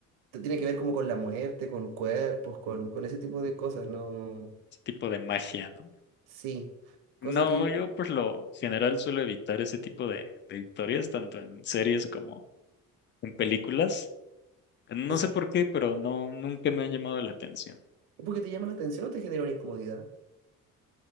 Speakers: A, on the right; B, on the left.
A: t- tiene que ver como con la muerte, con cuerpos, con, con ese tipo de cosas, ¿no?
B: es tipo de magia, ¿no?
A: Sí, cosa
B: No,
A: que yo,
B: yo por lo general suelo evitar ese tipo de, de historias, tanto en series como en películas. No
A: es,
B: sé por qué, pero no, nunca me han llamado la atención.
A: ¿porque te llama la atención o te genera una incomodidad?